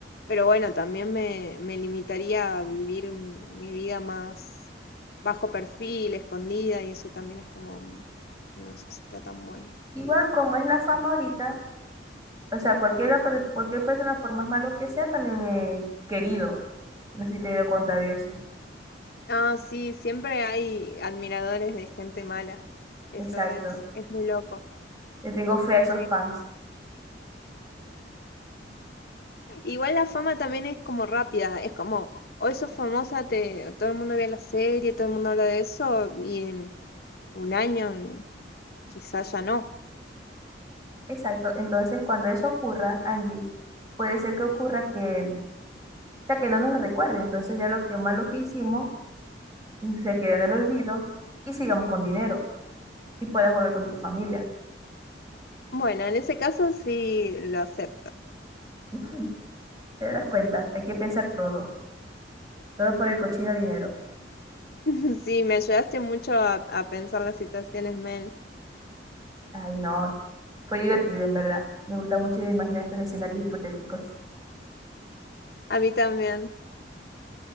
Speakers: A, on the left (about 55°); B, on the right (about 20°).
A: pero bueno, también me, me limitaría a vivir m- mi vida más bajo perfil, escondida, y eso también es como, no sé si está tan bueno.
B: Igual como es la fama ahorita, o sea, cualquiera, per- cualquier persona, por más malo que sea, también es querido. No sé si te he dado cuenta de eso.
A: Ah, sí, siempre hay admiradores de gente mala. Eso
B: Exacto.
A: es, es muy loco.
B: Le tengo fe a esos
A: Sí.
B: fans.
A: Igual la fama también es como rápida, es como, hoy sos famosa, te, todo el mundo ve la serie, todo el mundo habla de eso, y en un año, quizás ya no.
B: Exacto. Entonces, cuando eso ocurra, Angie, puede ser que ocurra que, o sea, que no nos recuerde. Entonces, ya lo que malo que hicimos mm, se quede en el olvido y sigamos con dinero y puedas volver con tu familia.
A: Bueno, en ese caso sí lo acepto.
B: <laughs> ¿Te das cuenta? Hay que pensar todo. Todo por el cochino dinero.
A: <laughs> Sí, me ayudaste mucho a, a pensar las situaciones, men.
B: Ay, no. Fue divertido, en verdad. Me gusta mucho imaginar estos escenarios hipotéticos.
A: A mí también.